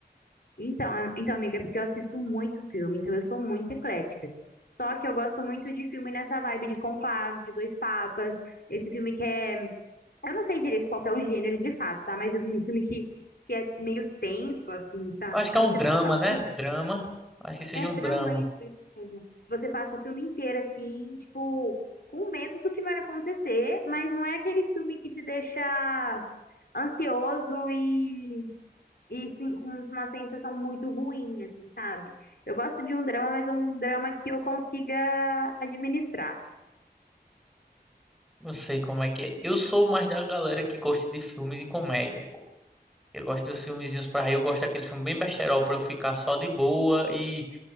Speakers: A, on the left; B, in the centre.
A: Então, a- então, amiga, é porque eu assisto muito filme, então eu sou muito eclética. Só que eu gosto muito de filme nessa vibe de Conclave, de Dois Papas, esse filme que é. Eu não sei direito qual que é o gênero de fato, tá? Mas é um filme que, que é meio tenso, assim, sabe?
B: Eu Acho que
A: Que
B: é um
A: você
B: drama,
A: passa.
B: né? Drama. Acho que seja
A: É
B: um
A: drama,
B: drama.
A: isso, isso mesmo. Que Você passa o filme inteiro, assim, tipo, com medo do que vai acontecer, mas não é aquele filme que te deixa ansioso e e sim, com uma sensação muito ruim, assim, sabe? Eu gosto de um drama, mas um drama que eu consiga administrar.
B: Não sei como é que é. Eu sou mais da galera que gosta de filme de comédia, pô. Eu gosto dos filmezinhos pra rir, eu gosto daqueles filmes bem besterol pra eu ficar só de boa e,